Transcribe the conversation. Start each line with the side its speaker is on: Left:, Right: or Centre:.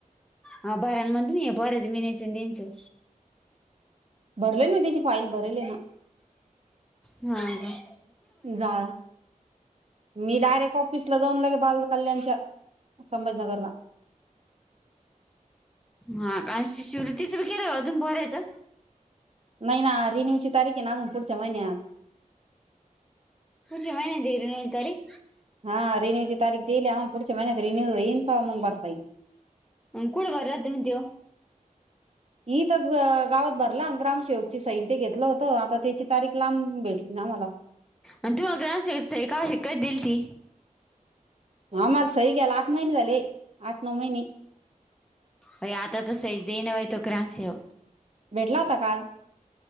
Centre: हा बऱांम तुम्ही आहे बरच विनयच त्यांचं
Right: भरले ना त्याची फाईल भरली ना
Centre: हरे
Right: जा मी डायरेक्ट ऑफिसला जाऊन लागे बाल कल्याणच्या संभाजीनगरला
Centre: हा आणि शिवतीच ब केलंय अजून बरायचं
Right: नाही ना रिन्यूची तारीख आहे ना अजून पुढच्या महिन्यात
Centre: पुजे महि ना तरी नल तारीख
Right: हा रिन्यू ची तारीख देईली आन पुढच्या महिन्यात रिन्यव येनम मग बरताई
Centre: अ कुड बर तु म देव
Right: ही तरच गावात भरला ग्रामसेवकची सैन ते घेतलं होतं आता त्याची तारीख लांब भेटली ना मला
Centre: आणि तू अ ग्र काय शिकयत दिल ती
Right: आमला सही ग्याला आठ महिने झाले आठ नऊ महिने
Centre: व आता तर सज देही नाहीय तोकराम स
Right: भेटला होता काल